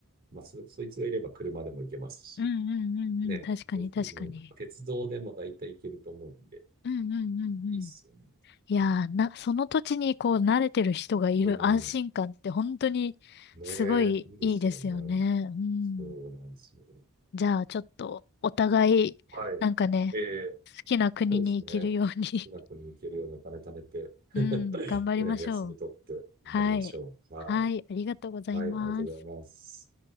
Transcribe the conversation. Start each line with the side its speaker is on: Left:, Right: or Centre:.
Right: まあそ、そいつがいれば車でも行けますし、
Left: うんうんうんうん。
Right: ねえ、
Left: 確かに確かに。
Right: 全然鉄道でも大体行けると思うんで、
Left: うんうんうんうん。
Right: いいっすよね。
Left: いやー、な、その土地にこう慣れてる人がいる安心感って本当にすごいいいですよね。
Right: うん、ねえ、いいですよね。
Left: うん。
Right: そうなんですよ。
Left: じゃあ、ちょっと、お互い、
Right: はい。
Left: なんかね、
Right: ええ、
Left: 好きな国に行けるように
Right: そうですね。少なく抜けるようなお金貯めて、
Left: <laughs>
Right: <laughs>
Left: うん、頑張りましょう。
Right: ね、休み取って頑張りましょう。
Left: はい。
Right: はい。
Left: はい、ありがとうございます。
Right: はい、ありがとうございます。